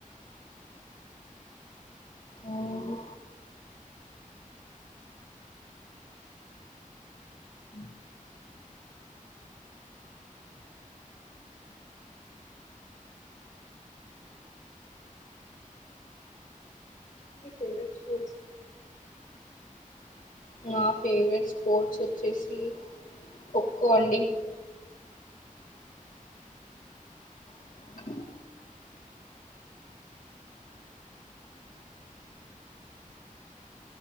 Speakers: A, on the left; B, on the left.
A: అవునండి
B: <inaudible> మీ ఫేవరెట్ స్పోర్ట్స్
A: నా ఫేవరెట్ స్పోర్ట్స్ వచ్చేసి ఖోఖో అండి <inaudible>